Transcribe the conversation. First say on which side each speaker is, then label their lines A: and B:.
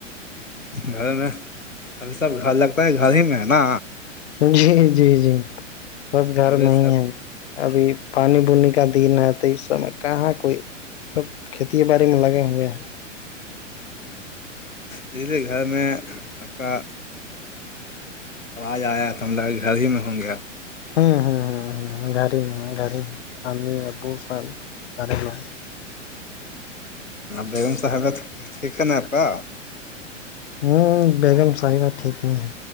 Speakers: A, on the left; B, on the left.
A: گھر میں ابھی سب گھر لگتا ہے گھر ہی میں ہے نا
B: جی جی جی سب گھر
A: ابھی
B: میں ہی
A: سب
B: ہے ابھی پانی بونی کا دن ہے تو اس سمے کہاں کوئی سب کھیت باڈی میں لگے ہوئے ہیں
A: اسی لیے گھر میں آپ کا آواز آیا تو ہم لگ گھر ہی میں ہوں گے آپ
B: ہاں ہاں ہاں گھر ہی میں گھر ہی میں امی ابو سب گھر ہی میں
A: بیگم صاحبہ ٹھیک ہے نا اپ کا
B: ہوں بیگم صاحبہ ٹھیک ہی ہے